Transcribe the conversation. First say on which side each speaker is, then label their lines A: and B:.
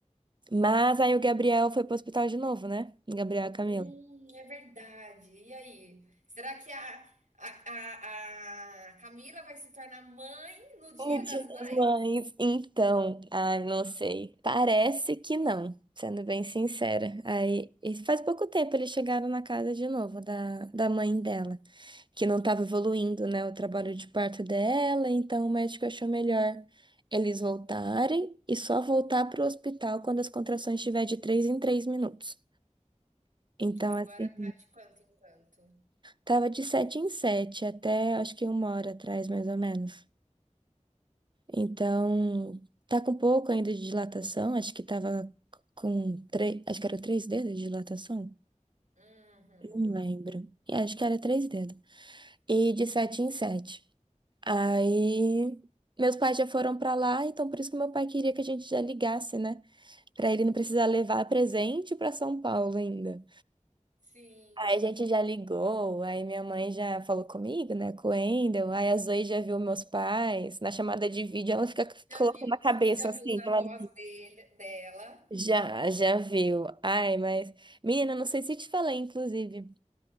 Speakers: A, on the right; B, on the right.
A: Mas aí o Gabriel foi pro hospital de novo, né? O Gabriel e a Camila.
B: Hum, é verdade. E aí? Será que a, a, a, a Camila vai se tornar mãe no Dia
A: No Dia
B: das
A: das
B: Mães?
A: Mães. Então, ai, não sei. Parece que não, sendo bem sincera. Aí, e faz pouco tempo eles chegaram na casa de novo da, da mãe dela, que não estava evoluindo, né, o trabalho de parto dela, então o médico achou melhor eles voltarem e só voltar para o hospital quando as contrações estiver de três em três minutos. Então,
B: Agora
A: assim,
B: tá de quanto em quanto.
A: tava de sete em sete até acho que uma hora atrás, mais ou menos. Então, tá com pouco ainda de dilatação, acho que tava com três, acho que era três dedos de dilatação,
B: Uhum.
A: não lembro. É, acho que era três dedos. E de sete em sete. Aí, meus pais já foram pra lá, então por isso que meu pai queria que a gente já ligasse, né? Pra ele não precisar levar presente pra São Paulo ainda.
B: Sim.
A: Aí a gente já ligou, aí minha mãe já falou comigo, né, com o Wendel, aí a Zoe já viu meus pais, na chamada de vídeo ela fica
B: Já
A: colocando
B: viu,
A: a cabeça
B: já
A: assim,
B: viu os avós
A: de lado
B: dele, dela?
A: Já, já viu. Ai, mas. Menina, não sei se te falei, inclusive.